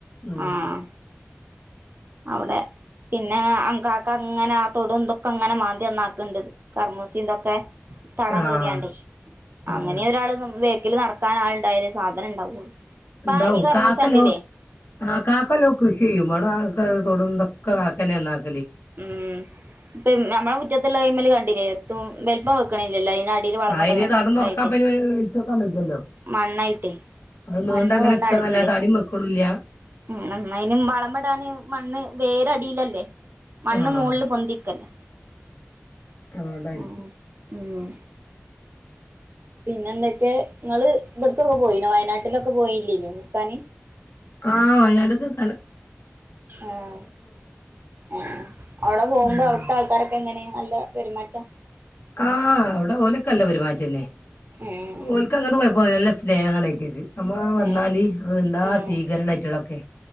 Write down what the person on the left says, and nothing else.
ഉം
ആഹ്
ആഹ്
ഉണ്ടാവും
കാക്ക <unintelligible>
ലോ ആ കാക്കലോ കൃഷി ചെയ്യും അട കൊടന്തൊക്കെ ആാക്കന <unintelligible>
ആ അനി തന്ന തു
<unintelligible> റക്കാപ്പ ഇനി ഇച്ചോക്കാൻ പിക്കല്ലോ <unintelligible>
അത് നീണ്ട
അങ്ങനെ
നിക്ക്നല്ലാതെ
തടി വെക്കണില്ല
ആഹ്
അതുകൊണ്ടായിരിക്കും
ആഹ് വയനാടൊക്കെ കണാം
ഉം
ആഹ് അവിടെ ഓലക്ക്‌ നല്ല പെരുമാറ്റയല്ലേ
ഓലക്ക്‌ അങ്ങട് പോയ പോയാല് - സ്നേഹണമാണ്ക്കത് നമ്മ വന്നാല്
അ എന്താ
സ്വീകരണവാ അവിറ്റകൾക്കൊക്കെ